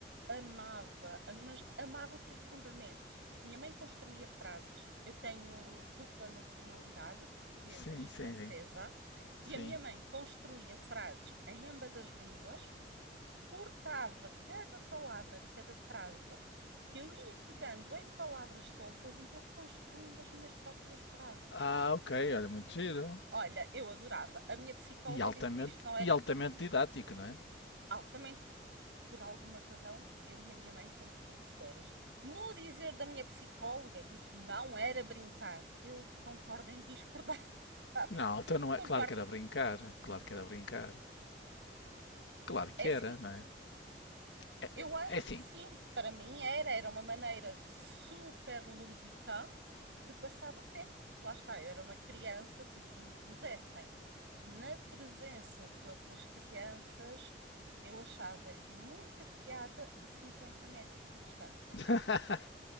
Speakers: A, on the right; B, on the left.
A: amava, mas amava profundamente. A Minha mãe construía frases. Eu tenho dupla nacionalidade, portuguesa
B: Sim,
A: e
B: sim,
A: francesa,
B: sim, sim.
A: e a minha mãe construía frases em ambas as línguas, cortava cada palavra de cada frase e eu ia pegando em palavras soltas e ia construindo as minhas próprias frases.
B: Ah, ok, olha, muito giro.
A: Olha, eu adorava. A minha psicóloga
B: E altamente,
A: disse que isto não era
B: e altamente didático, não é?
A: altamente. Por alguma razão, eu e a minha mãe somos professoras. No dizer da minha psicóloga, isso não era brincar. Eu concordo em discordar, <laughs> sabes?
B: Não, então não
A: Concordo.
B: é. Claro que era brincar, claro que era brincar. Claro
A: É
B: que
A: assim,
B: era, não é? É,
A: Eu acho
B: é assim,
A: que sim, para mim era, era uma maneira super lúdica de passar o tempo, porque lá está, eu era uma criança que se me pusessem na presença de outras crianças, eu achava-lhes muita piada a cinquenta metros de distância.
B: <laughs>